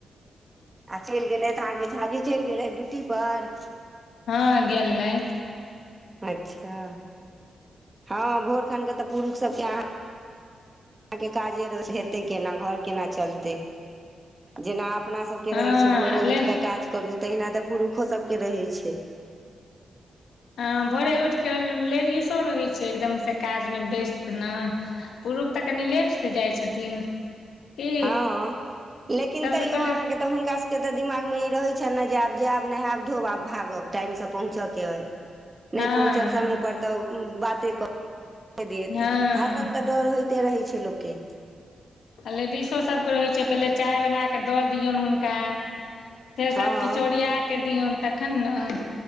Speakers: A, on the right; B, on the left.
A: आ चलि गेलै थऽ अहाँके झाजी चलि गेलै ड्यूटी पर
B: हँ गेलैथ
A: अच्छा हँ भोर खन क तऽ पुरुख सबके आहाँ अहाँ के काजे रो हेतै केना घर केना चलतै जेना अपना सखके
B: हँ
A: रहै छै भोरे
B: ले
A: उठि कऽ काज करू तहिना तऽ पुरुखो सबके रहै छै
B: हँ भोरे उठि केऽ लेडिसो रहै छै एकदमसँ काजमे व्यस्त न पुरुख तऽ कनि लेट से जाइ छथिन की
A: हँ हँ लेकिन
B: सबसँ
A: तैयो
B: पहिले
A: अहाँके तऽ हुनका सबके तऽ दिमाग मे ई रहै छनि न जे आब जाएब नहाएब धोब आब भागब टाइम पहुच के अई नै
B: हँ
A: पहुचब समय पर तऽ बाते देत
B: हँ
A: हरदम तऽ डर होइते रहै छै लोकके
B: आ लेडिसोसबके रहै छै पहिले चाय बना कऽ दऽ दियौन हुनका फेर सबकिछु
A: हँ
B: ओरिया कऽ दिययौन तखन न